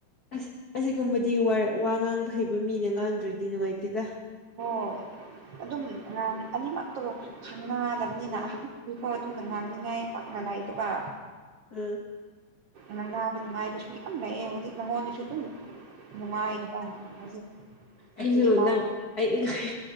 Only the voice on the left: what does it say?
ꯑꯁ ꯑꯁꯤꯒꯨꯝꯕꯗꯤ ꯋꯥ ꯋꯥ ꯉꯥꯡꯕ ꯍꯩꯕ ꯃꯤꯅ ꯉꯥꯡꯗ꯭ꯔꯗꯤ ꯅꯨꯡꯉꯥꯏꯇꯦꯗ
ꯑꯥ
ꯎꯝ
ꯑꯩꯁꯨ
ꯅꯪ ꯑꯩ ꯑꯩ